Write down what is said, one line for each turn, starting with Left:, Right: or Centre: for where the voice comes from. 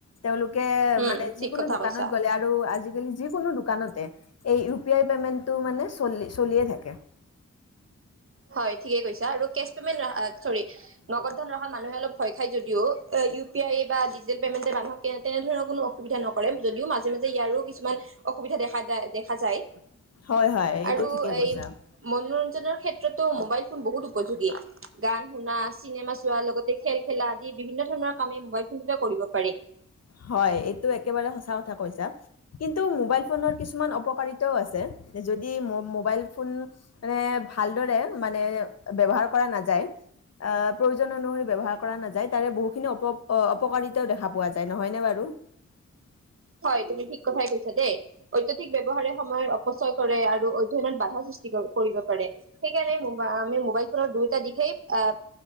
Left: তেওঁলোকে
Right: উম
Left: মানে
Right: ঠিক
Left: যিকোনো
Right: কথা
Left: দোকানত
Right: কৈছা
Left: গ'লে আৰু আজিকালি যিকোনো দোকানতে, এই ইউ -পি -আই পে'মেণ্টটো মানে চলি চলিয়ে থাকে।
Right: হয় ঠিকে কৈছা আৰু কেছ পেমেণ্ট আ, চৰী নগদ ধন ৰাখা মানুহে অলপ ভয় খাই যদিও অ 'ইউ- পি -আই বা ডিজিটেল পেমেণ্টে মানুহক তেনেধৰণৰ কোনো অসুবিধা নকৰে, যদিও মাজে -মাজে ইয়াৰো কিছুমান অসুবিধা দেখা, দেখা যায়।
Left: হয় হয় এইটো
Right: আৰু
Left: ঠিকেই
Right: এই
Left: কৈছা।
Right: মনোৰঞ্জনৰ, ক্ষেত্ৰত, তো মোবাইল ফোন বহুত উপযোগী গান -শুনা চিনেমা চোৱা লগতে খেল -খেলা আদি বিভিন্ন ধৰণৰ কামেই মোবাইল ফোনতে কৰিব পাৰি।
Left: হয়, এইটো একেবাৰে সঁচা কথা কৈছা কিন্তু মোবাইল ফোনৰ কিছুমান অপকাৰিতাও আছে যদি ম' ম', মোবাইল ফোন মানে ভালদৰে মানে ব্যবহাৰ কৰা নাযায় আ, ' প্ৰয়োজন অনুসৰি, ব্যৱহাৰ কৰা নাযায় তাৰে বহুখিনি অপ, অ 'অপকাৰিতাও দেখা পোৱা যায়। আৰু।
Right: হয়, তুমি ঠিক কথাই কৈছা দেই। অত্যাধিক ব্যৱহাৰে সময় অপচয় কৰে, আৰু অধ্যয়নত বাধা সৃষ্টি কৰিব পাৰে সেইকাৰণে মুবা, আমি মোবাইল ফোনৰ দুয়োটা দিশেই আহ,